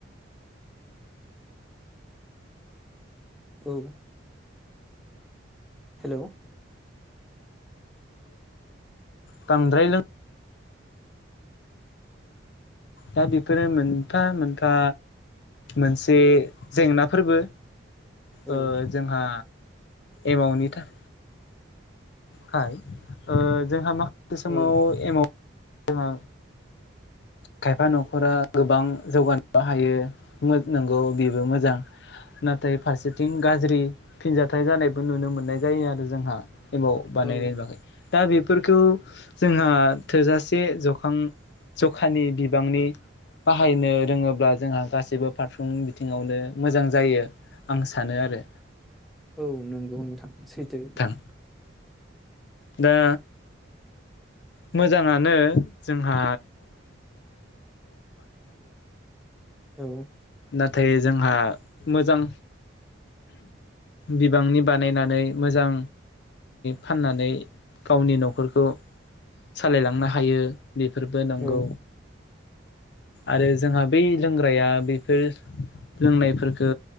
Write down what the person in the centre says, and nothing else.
औ। हेल'।
औ
औ
औ
औ नंगौ नोंथां। सैथो
द
औ
औ